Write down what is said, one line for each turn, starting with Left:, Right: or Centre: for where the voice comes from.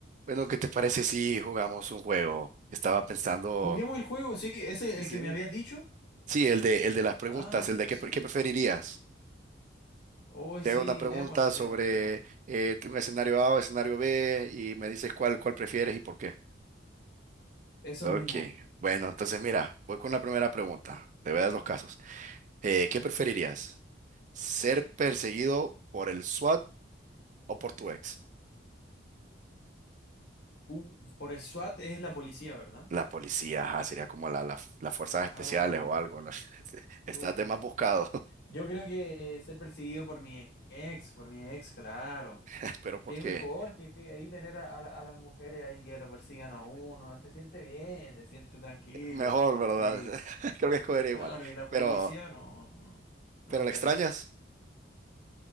Right: Bueno, ¿qué te parece si jugamos un juego? Estaba pensando,
Left: Juguemos el juego, sí, ese
Right: Sí,
Left: el
Right: sí.
Left: que me habías dicho.
Right: sí, el de, el de las preguntas,
Left: Ah,
Right: el de qué,
Left: sí.
Right: pre- qué preferirías.
Left: Oh,
Right: Te
Left: sí,
Right: hago una pregunta
Left: démosle,
Right: sobre
Left: démosle, démosle.
Right: eh, un escenario A o escenario B y me dices cuál, cuál prefieres y por qué.
Left: Eso
Right: Ok,
Left: mismo.
Right: bueno, entonces mira, voy con la primera pregunta. Te voy a dar dos casos. Eh, ¿qué preferirías? ¿Ser perseguido por el SWAT o por tu ex?
Left: Uf, Por el SWAT es la policía, ¿verdad?
Right: La policía, ajá, sería como la, la- las fuerzas especiales
Left: Ah, ya.
Right: o algo. la- <laughs>
Left: Uf.
Right: Estás de más buscado,
Left: Yo creo que ser perseguido por mi ex, por mi ex, claro.
Right: <laughs> pero porque
Left: Qué mejor que, que ahí tener a, a la- a las mujeres ahí que lo persigan a uno. Se siente bien, se siente tranquilo.
Right: Mejor, ¿verdad?
Left: Ahí.
Right: <laughs> Creo que escogería
Left: Claro,
Right: igual.
Left: y la
Right: Pero,
Left: policía no, no, no no
Right: pero
Left: me interesa.
Right: la extrañas?